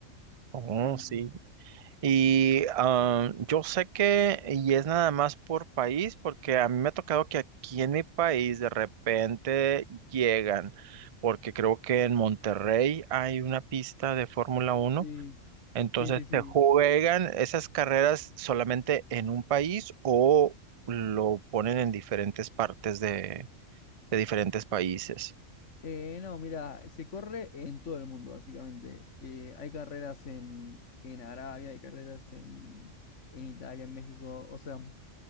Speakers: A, on the right; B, on the left.
A: oh,
B: Y
A: sí. Y ah, yo sé que, y es nada más por país, porque a mí me ha tocado que aquí en mi país de repente llegan, porque creo que en Monterrey hay una pista de Fórmula uno
B: sí.
A: entonces
B: Sí, sí, sí.
A: se juegan esas carreras solamente en un país o lo ponen en diferentes partes de, de diferentes países.
B: Eh, no, mira, se corre en todo el mundo, básicamente. Eh, hay carreras en, en Arabia, hay carreras en, en Italia, en México. O sea,